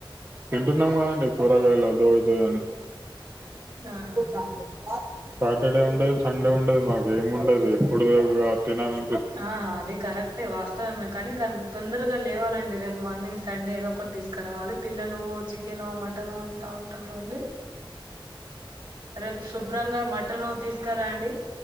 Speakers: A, on the right; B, on the right.
A: తింటు ఉన్నాం కద అండి కూరగాయలొ అదో ఇటో అండి
B: ఆహాహా
A: చ సాటర్డే ఉండదు సండే ఉండదు మాకే ఏమ్ ఉండదు ఎప్పుడు ఇగ తినాలి
B: ఆ అది కరెక్టే వాస్త స్తవమే మరి కానీ కాని తొందరగా లేవాల అండి రేపు మార్నింగ్ సండే ఏదో ఒకటి తీసుకురావాలి పిల్లలు చి కేను మటను అంట్ టా ఉంటానఅండి రేపు శుభ్రంగా మటను తీసుకు రా అండి